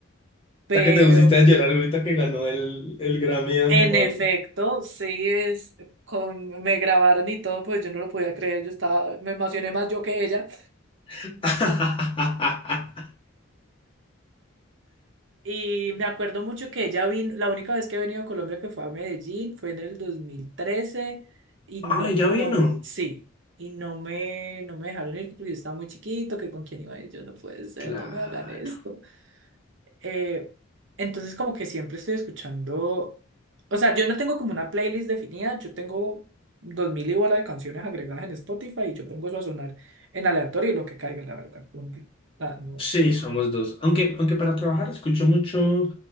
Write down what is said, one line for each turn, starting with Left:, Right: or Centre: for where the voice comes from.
Right: Pero...
Left: Hasta que te pusiste a llorar ahorita que ganó el, el Grammy a
Right: En
Left: mejor.
Right: efecto, sí es con me grabaron y todo, pues yo no lo podía creer, yo estaba, me emocioné más yo que ella.
Left: <laughs>
Right: Y me acuerdo mucho que ella vino, la única vez que he venido a Colombia que fue a Medellín, fue en el dos mil trece y
Left: Ay,
Right: no,
Left: ya
Right: no,
Left: vino.
Right: sí, y no me no me dejaron ir porque yo estaba muy chiquito, que con quién iba a ir, yo no puede ser,
Left: Claro.
Right: no me hagan esto. Eh, entonces como que siempre estoy escuchando, o sea, yo no tengo como una playlist definida, yo tengo dos mil y bola de canciones agregadas en Spotify y yo pongo eso a sonar en aleatorio y lo que caiga, la verdad. Un- ah, no.
Left: Sí, somos dos. Aunque, aunque para trabajar escucho mucho